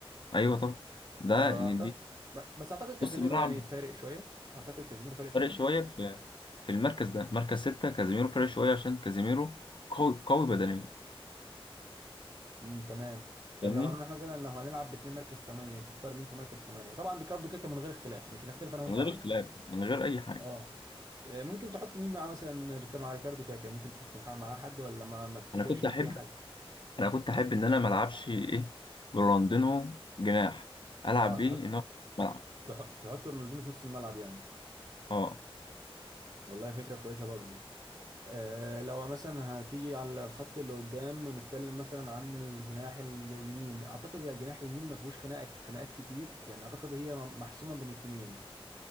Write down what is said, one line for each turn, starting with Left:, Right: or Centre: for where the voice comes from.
Left: ايوه طبعا ده
Right: آه،
Left: يعني
Right: أعتقد
Left: دي
Right: ب- بس أعتقد كاسيميرو
Left: نص الملعب
Right: يعني فارق شوية أعتقد كاسيميرو فارق شوية
Left: فارق شويه في في المركز ده مركز ستة كازيميرو فارق شويه عشان كازيميرو قوي قوي بدنيا
Right: امم تمام طب
Left: فاهمني
Right: لو هنروح مثلا لو هنلعب باتنين مركز ثمانية تختار مين في مركز ثمانية طبعا ريكاردو كاكا من غير اختلاف مش هنختلف أنا وأنت
Left: من غير
Right: عليه
Left: اختلاف من غير اي حاجه
Right: اه آه، ممكن تحط مين معاه مثلا ريكا- مع ريكاردو كاكا ممكن تحط معاه معاه حد ولا ما, ما تفتكرش
Left: انا كنت
Right: إن
Left: احب
Right: في حد
Left: انا كنت احب ان انا ما العبش ايه برونالدينو جناح العب
Right: اه
Left: بيه
Right: تحط
Left: ان هو ملعب
Right: تح- تحط رونالدينيو في نص الملعب يعني
Left: اه
Right: والله فكرة كويسة برضو آه، لو مثلا هتيجي على الخط اللي قدام ونتكلم مثلا عن الجناح اليمين اعتقد هي الجناح اليمين ما فيهوش خناقه خناقات كتير يعني اعتقد هي محسومه بين اتنين